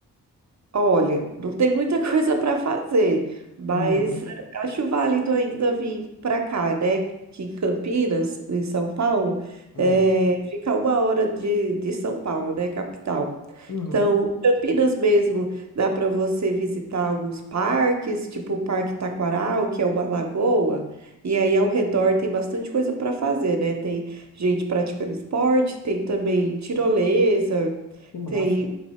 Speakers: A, on the right; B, on the left.
A: Olha, não tem muita <laughs> coisa para fazer, mas
B: Uhum,
A: acho válido ainda vir para cá, né? Que em Campinas, em São Paulo,
B: uhum,
A: é, fica uma hora de, de São Paulo, né? Capital.
B: uhum.
A: Então, Campinas mesmo, dá para você visitar alguns parques, tipo o Parque Taquaral, que é uma lagoa, e aí ao redor tem bastante coisa para fazer, né? Tem gente praticando esporte, tem também tirolesa.
B: Que massa.
A: Tem